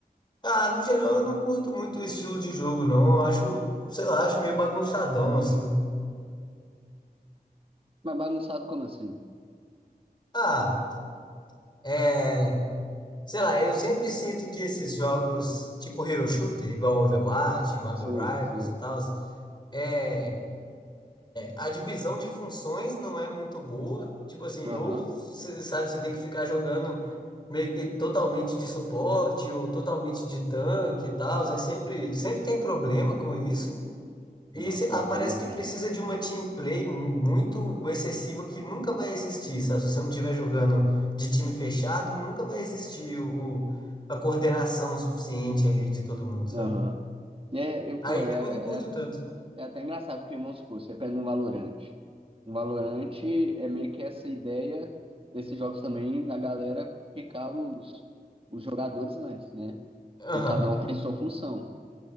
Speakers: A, on the left; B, on the right.
A: Ah, no geral eu não curto muito o estilo de jogo, não. Eu acho, sei lá, acho meio bagunçadão, assim.
B: Mas bagunçado como assim?
A: Ah, é. Sei lá, eu sempre sinto que esses jogos, tipo Hero Shooter, igual Overwatch, Marvel
B: Sei,
A: Rivals
B: sei.
A: e tal, é, a divisão de funções não é muito boa. Tipo assim,
B: Aham.
A: ou, cê sabe, você tem que ficar jogando meio que totalmente de suporte ou totalmente de tanque e tal. É sempre, sempre tem problema com isso. E
B: Não,
A: sei
B: pior
A: lá, parece
B: que é verdade.
A: que precisa de uma team play muito excessiva que nunca vai existir, sabe? Se você não estiver jogando de time fechado, nunca vai existir o, o- a coordenação suficiente ali de todo mundo, sabe?
B: Aham. É, e, pô,
A: Aí,
B: é,
A: tipo,
B: é,
A: eu não curto tanto.
B: é até engraçado, porque, vamos supor, você pega um Valorante. Um Valorante é meio que essa ideia desses jogos também, da galera picar os, os jogadores antes, né?
A: Aham,
B: E cada um tem sua função.